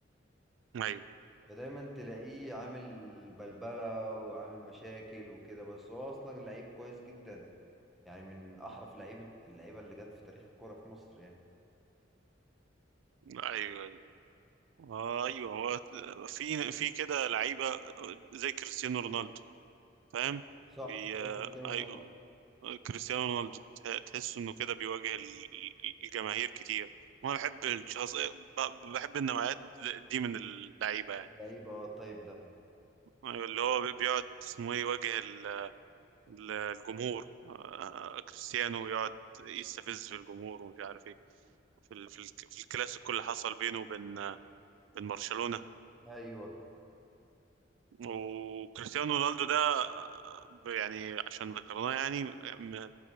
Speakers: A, on the right; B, in the centre.
A: ايوه
B: ده دايما تلاقيه عامل بلبلة وعامل مشاكل وكده بس هو أصلا لعيب كويس جدا يعني من أحرف لعيبة اللعيبة اللي جت في تاريخ الكورة في مصر يعني
A: ايوه آه ايوه هو في في كده لعيبه زي كريستيانو رونالدو فاهم
B: صح
A: بي
B: زي
A: آه،
B: كريستيانو
A: ايوه
B: رونالدو
A: كريستيانو رونالدو ته- تحس انه كده بيواجه ال- الجماهير كتير وانا بحب الشخص ب- بحب النوعيات دي من اللعيبه يعني
B: لعيبة اه الطيب ده
A: أيوة، اللي هو بيقعد اسمه ايه يواجه ال- ال- الجمهور آه، كريستيانو يقعد يستفز في الجمهور ومش عارف ايه في ال- في ال- في الكلاسيكو اللي حصل بينه وبين بين برشلونة
B: أيوه
A: وكريستيانو رونالدو ده ب- يعني عشان ذكرناه يعني م-